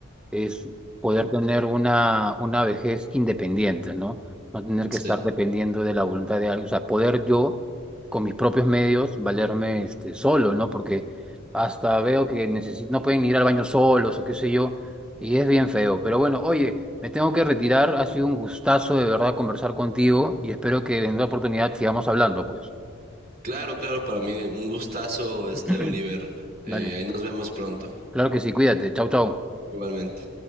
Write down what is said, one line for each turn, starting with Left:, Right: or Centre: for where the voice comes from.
Centre: es poder tener una, una vejez independiente, ¿no? No tener
Right: Sí.
Centre: que estar dependiendo de la voluntad de alguien, o sea, poder yo, con mis propios medios, valerme este, solo, ¿no? Porque hasta veo que necesi- no pueden ir al baño solos o qué sé yo, y es bien feo. Pero bueno, oye, me tengo que retirar, ha sido un gustazo de verdad conversar contigo y espero que en otra oportunidad sigamos hablando, pues.
Right: Claro, claro, para mí un gustazo, este
Centre: <clears throat>
Right: Oliver. Eh,
Centre: Dale,
Right: ahí nos vemos pronto,
Centre: claro que sí, cuídate, chau, chau.
Right: igualmente.